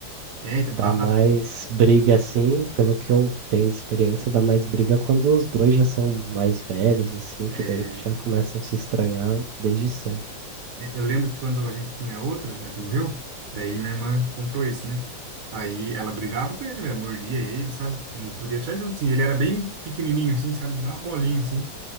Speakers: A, on the right; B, on the right.
A: É, então,
B: Dá
A: a,
B: mais
A: a-
B: briga assim, pelo que eu tenho de experiência, dá mais briga quando os dois já são mais velhos, assim,
A: é,
B: que daí eles já começam a se estranhar desde sempre.
A: É, Eu lembro que quando a gente tinha outra, a que morreu, daí minha irmã comprou esse, né? Aí ela brigava com ele, velho, mordia ele, sabe? Não podia tirar juntinho. Ele era bem pequenininho assim, sabe? Uma bolinha assim.